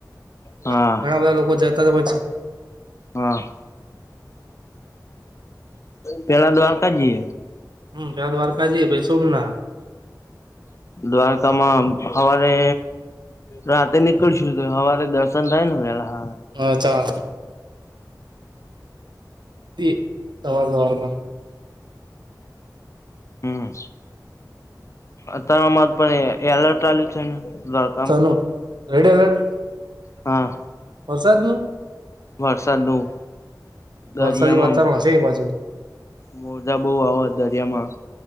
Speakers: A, on the left (about 40°); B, on the right (about 85°).
A: હા
B: ઘણા બધા લોકો જતા જ હોય છે.
A: હા. પેલા દર ક જએ.
B: હમ ક દ્વારકાજી ભાઈ સોમ ના.
A: દ્વારકામાં સવારે. રાતે નીકળશુ તો હવારે દર્શન થાય ને પેલા હ.
B: હા ચાલ તી તમારે હોતો.
A: હમ અતારમાં પણ એલર્ટ આ્યું છે રાત્ર.
B: સનું રેડ અલર્ટ.
A: હા.
B: વરસાદ ન
A: વરસાદનું દરિયામાં
B: વરસાદી વાતાવરણ છે એ બાજુ.
A: મોજા બહુ આવે દરિયામાં.